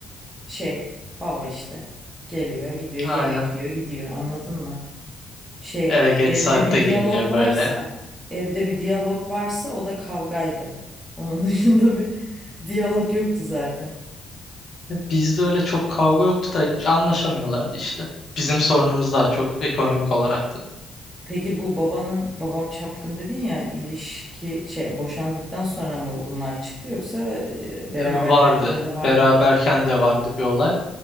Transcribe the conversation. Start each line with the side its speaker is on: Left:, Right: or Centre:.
Centre: Şey, baba işte geliyor, gidiyor, yemek
Left: Aynen.
Centre: yiyor, gidiyor. Anladın mı? Şey,
Left: Evet geç
Centre: evde
Left: saatte
Centre: bir
Left: geliyor
Centre: diyalog varsa,
Left: böyle.
Centre: evde bir diyalog varsa o da kavgaydı. Onun <laughs> dışında bir diyalog yoktu zaten.
Left: Ya Bizde öyle çok kavga yoktu da hiç anlaşamıyorlardı işte. Bizim sorunumuz daha çok ekonomik olaraktı.
Centre: Peki bu babanın babam çapkın dedin ya ilişki şey boşandıktan sonra mı bunlar çıktı yoksa e, beraberlerken
Left: E, Vardı.
Centre: de var
Left: Beraberken
Centre: mı?
Left: de vardı bir olay.